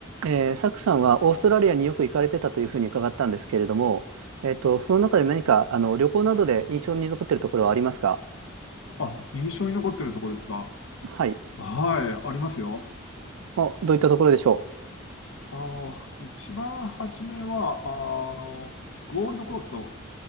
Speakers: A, on the right (about 80°); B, on the left (about 65°).
A: えー、サクさんはオーストラリアによく行かれてたというふうに伺ったんですけれども、えっと、その中で何かあの旅行などで印象に残っているところはありますか
B: あ、印象に残ってるとこですか。
A: はい。
B: はい、ありますよ。
A: お、どういったところでしょ
B: あの、一番初めは、あの、ゴールドコースト